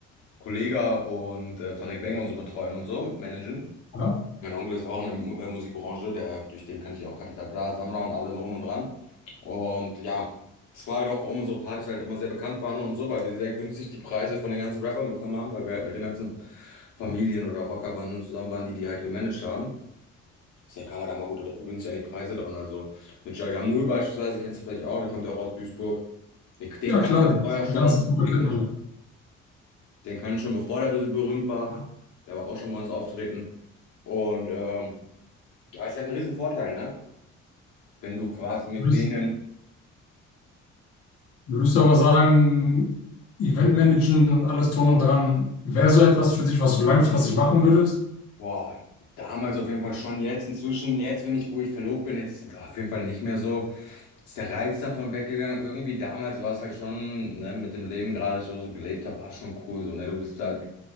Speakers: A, on the left; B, on the left.
A: Kollega und äh, Farid Bang und so betreuen und so, managen.
B: Ja,
A: Mein Onkel ist ja auch in der Mu äh, Musikbranche, der, durch den kannte ich ja auch Capital Bra, Samra und alle drum und dran. Und ja, das war halt auch, warum unsere Partys halt immer sehr bekannt waren und so, weil wir sehr günstig die Preise von den ganzen Rappern bekommen haben, weil wir halt mit den ganzen Familien oder Rockerbanden zusammen waren, die die halt gemanagt haben. Deswegen kam man da mal gut dr- günstig an die Preise dran. Also mit Jal Jamul beispielsweise, kennst du vielleicht auch, der kommt ja auch aus Duisburg. Den, den
B: ja
A: kannte
B: klar,
A: ich ja vorher schon,
B: die ganze Truppe
A: den
B: kennt
A: kannte
B: man
A: ich, den kannte ich schon bevor der be- berühmt war. Der war auch schon bei uns auftreten. Und ähm, ja, ist halt ein Riesenvorteil, ne? Wenn du quasi mit
B: ja.
A: denen
B: Würdest du aber sagen, Eventmanagen und alles drum und dran, wäre so etwas für dich, was du langfristig machen würdest?
A: Boah, damals auf jeden Fall schon. Jetzt inzwischen, jetzt, wenn ich, wo ich verlobt bin, jetzt ist auf jeden Fall nicht mehr so. Ist der Reiz davon weggegangen. Irgendwie damals war es halt schon, ne, mit dem Leben gerade, das ich so gelebt habe, war schon cool so, ne? Du bist halt,